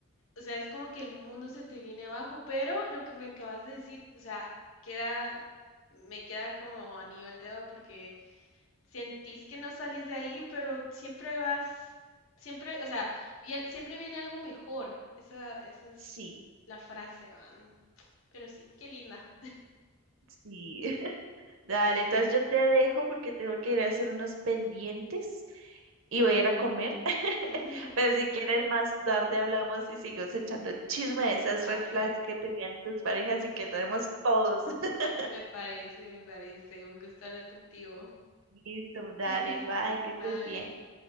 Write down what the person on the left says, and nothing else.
o sea, es como que el mundo se te viene abajo, pero lo que me acabas de decir, o sea, queda, me queda como anillo al dedo porque sentís que no salís de ahí, pero siempre vas, siempre, o sea, bien- siempre viene algo mejor. Esa, esa es
la frase, van. Pero sí, qué linda.
<laughs>
Dale,
me parece, me parece. Un gusto hablar contigo.
<laughs>
Bye.